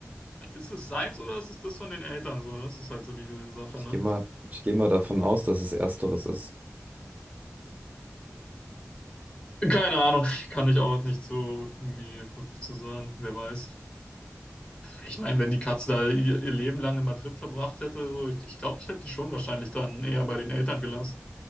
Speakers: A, on the left; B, on the right.
A: <laughs> ist es seins oder ist es das von den Eltern so? ne? Das ist halt so die Sache,
B: Ich
A: ne?
B: gehe mal, ich gehe mal davon aus, dass es ersteres ist.
A: Keine Ahnung, <laughs> kann ich auch nicht so irgendwie wirklich zu sagen, wer weiß. Ich meine, wenn die Katze da ihr, ihr Leben lang in Madrid verbracht hätte, so, ich, ich glaube, ich hätte die schon wahrscheinlich dann eher bei den Eltern gelassen.